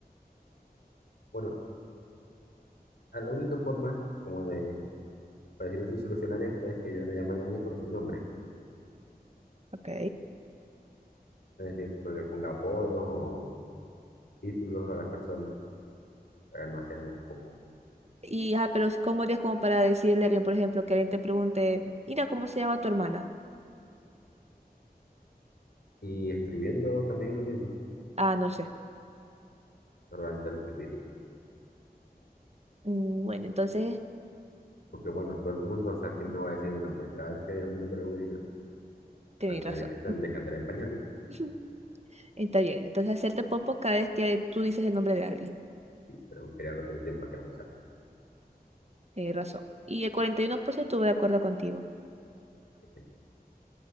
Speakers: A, on the left; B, on the right.
A: Bueno, a la única forma como de, para decirlo así, solucionar esto es que yo no llame a nadie por su nombre.
B: Ok.
A: Es decir, que le ponga apodos o títulos a las personas para no hacerme popó.
B: Y, ah, pero ¿cómo harías como para decirle a alguien, por ejemplo, que alguien te pregunte, mira, ¿cómo se llama tu hermana?
A: Y escribiendo también es lo mismo,
B: Ah, no sé.
A: normalmente lo escribiría.
B: "Mm, Bueno, entonces
A: Porque bueno, todo el mundo, o sea, aquí no va a decir mi nombre. Cada vez que diga mi nombre voy a orinar.
B: tenés
A: Ah, Tendré
B: razón.
A: que, tendré que andar en pañales.
B: <laughs> Está bien. Entonces hacerte popo cada vez que tú dices el nombre de alguien.
A: sí, pero crear la solución para que no pasara.
B: Tenés razón. Y el 41% va de acuerdo contigo.
A: Dice,